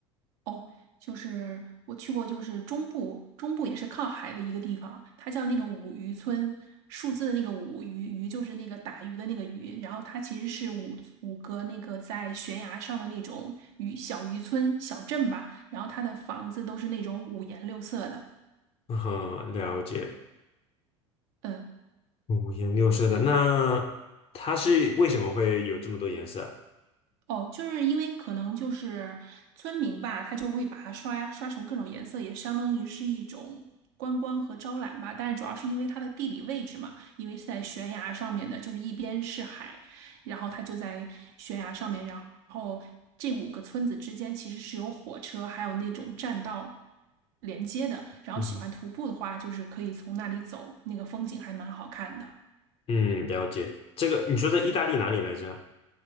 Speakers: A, on the right (about 60°); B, on the left (about 40°).
A: 哦，就是我去过，就是中部，中部也是靠海的一个地方，它叫那个五渔村，数字的那个五鱼，鱼就是那个打鱼的那个鱼，然后它其实是五五个那个在悬崖上的那种渔小渔村小镇吧，然后它的房子都是那种五颜六色的。
B: 嗯哼，了解。
A: 嗯。
B: 五颜六色的，那它是为什么会有这么多颜色？
A: 哦，就是因为可能就是村民吧，他就会把它刷刷成各种颜色，也相当于是一种观光和招揽吧。但是主要是因为它的地理位置嘛，因为是在悬崖上面的，就是一边是海，然后它就在悬崖上面，然后这五个村子之间其实是有火车还有那种栈道连接的。然后喜欢徒步的话，
B: 嗯哼
A: 就是可以从那里走，那个风景还蛮好看的。
B: 嗯，了解。这个你说在意大利哪里来着啊？